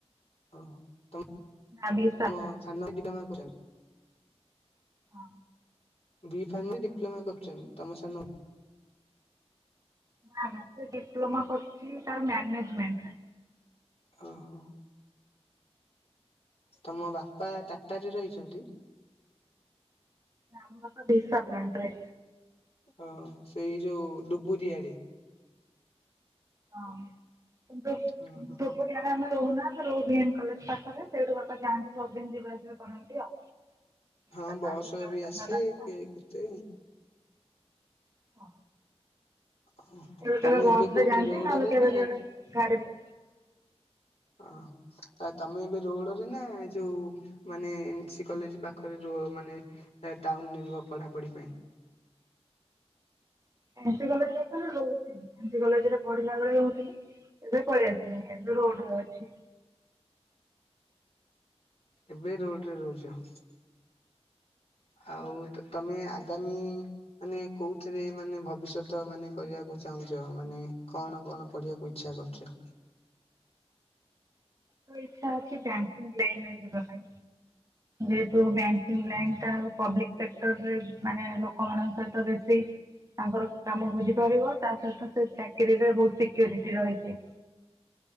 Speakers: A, on the left; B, on the right.
A: ଓହୋ ତମ
B: ନା ବି ସାରିଲାଣି
A: ସାନ ଭାଇ ଡିପ୍ଲୋମା କରୁଚନ୍ତି।
B: ହଁ।
A: ଡି ଫାର୍ମରେ ଡିପ୍ଲୋମା କରୁଚନ୍ତି ତମ ସାନଭାଇ।
B: ନା ନା ସେ ଡିପ୍ଲୋମା କରୁଚି ତାର ମ୍ୟାନେଜମେଣ୍ଟରେ।
A: ଓହୋ ତମ ବାପା ଟାଟାରେ ରହିଚନ୍ତି?
B: ନା ମୋ ବାପା ଦିସା ପ୍ଲାଣ୍ଟରେ।
A: ଅ ସେଇ ଯୋଉ ଡୁବୁରି ଆଡେ।
B: ଅଁ କିନ୍ତୁ
A: ଓହୋ
B: ଡୁ ବୁରୁ ଆଡେ ଆମେ ରହୁନା ଆମେ ରହୁ ଭିଏମ୍ କଲେଜ ପାଖରେ ସେଇଠୁ ବାପା ଯାଆନ୍ତି ସବୁଦିନ ଯିବା ଆସିବା କ ରନ୍ତି ଆଉ।
A: ହଁ
B: ସାତ
A: ବସ
B: ଆଠ କିଲୋମିଟର
A: ବି ଆସେ
B: ରାସ୍ତା
A: କି କେତେ?
B: ହଁ।
A: ହଁ
B: କେବେ
A: ତମେ
B: କେବେ ବସ
A: ଏବେ କୋଉଠି
B: ରେ ଯାଆନ୍ତି
A: ରୋଡ଼ରେ
B: ନହେଲେ କେବେ
A: ନା?
B: କେବେ ଗାଡିରେ
A: ଅହଁ ଆଉ ତମେ ଏବେ ରୋଡରେ ନା ଏ ଯୋଉ ମାନେ ଏନ୍ ସି କଲେଜ ପାଖରେ ରୁହ ମାନେ ଟାଉନରେ ରୁହ ପଢ଼ାପଢ଼ି ପାଇଁ।
B: ଏନ୍ ସି କଲେଜରେ ତ ରହୁଥିଲି ଏନ୍ ସି କଲେଜରେ ପଢିଲା ବେଳେ ରହୁଥିଲି ଏବେ ପଳିଆସନି ଏବେ ରୋଡରେ ଅଛି।
A: ଏବେ ରୋଡରେ ରହୁଚୁ। ଆଉ ତ ତମେ ଆଗାମୀ ମାନେ କୋଉଥିରେ ମାନେ ଭବିଷ୍ୟତ ମାନେ କରିବାକୁ ଚାହୁଁଚ ମାନେ କଣ କଣ ପଢିବାକୁ ଇ ଇଚ୍ଛା କରୁଚ?
B: ମୋର ତ ଇଛା ଅଛି ବ୍ୟାଙ୍କିଙ୍କି ଲାଇନ୍ ଯିବାପାଇଁ ଯେହେତୁ ବ୍ୟାଙ୍କ୍
A: ହଁ
B: ଲାଇନଟା ଆଉ ପବ୍ଲିକସେକ୍ଟରରେ ମାନେ ଲୋକମାନଙ୍କ ସହିତ ବେଶୀ ତାଙ୍କର କାମ ଭୋଜି କରିବ ତା ସହିତ ସେ ଚାକିରିରେ ବୋହୁତ ସିକ୍ୟୁରିଟି ରହିଚି।